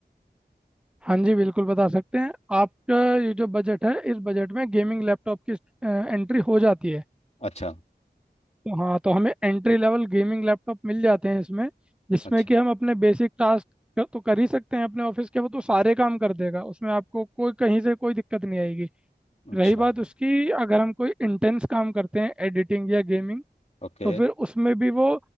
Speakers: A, in the centre; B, on the left (about 40°).
A: हाँ जी बिल्कुल बता सकते हैं आपका ये जो बजट है इस बजट में गेमिंग लैपटॉप की एंट्री हो जाती है
B: अच्छा
A: तो हाँ तो हमें एंट्री लेवल गेमिंग लैपटॉप मिल जाते हैं इसमें जिसमें
B: अच्छा
A: कि हम अपने बेसिक टास्क तो कर ही सकते हैं अपने ऑफिस के वो तो सारे काम कर देगा उसमें आपको कोई कहीं से कोई दिक्कत नहीं आएगी
B: अच्छा
A: रही बात उसकी अगर हम कोई इंटेंस काम करते हैं एडिटिंग या गेमिंग
B: ओके
A: तो फिर उसमें भी वो